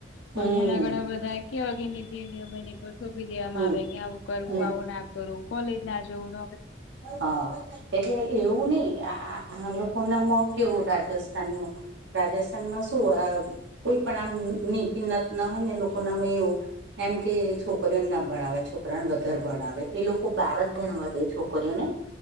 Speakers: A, on the right (about 70°); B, on the left (about 75°).
A: હમ
B: પછ ના ગઢ બધા કે અગ મને પરથોપી દેવામાં
A: હમ
B: આવે કે આવું કરવું
A: હમ
B: આવું ના કરવું કોલેજ ના જોવું.
A: હા. એટલે એવું નહ આ આ લોકો નામાં કેવું રાજસ્થાનમાં. રાજસ્થાનમાં શું આ કોઈ પણ આમની કિનત ના હોય ને લોકો ના અ એવું. એમ કે છોકરીઓને ના ભણાવે છોકરાને વધારે ભણાવે એ લોકો બાર જ ભણવા દે છોક છરી ને,